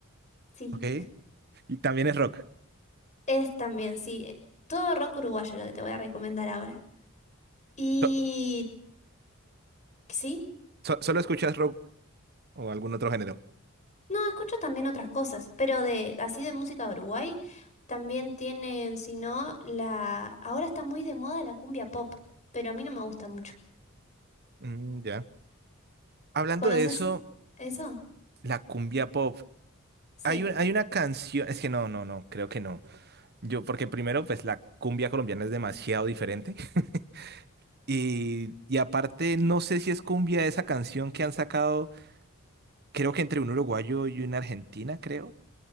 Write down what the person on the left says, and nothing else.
sí.
Es también, sí. Todo rock uruguayo lo que te voy a recomendar ahora. Y
sí,
No, escucho también otras cosas, pero de así de música de Uruguay también tienen, si no, la ahora está muy de moda la cumbia pop, pero a mí no me gusta mucho.
¿Conoces
eso?
Sí.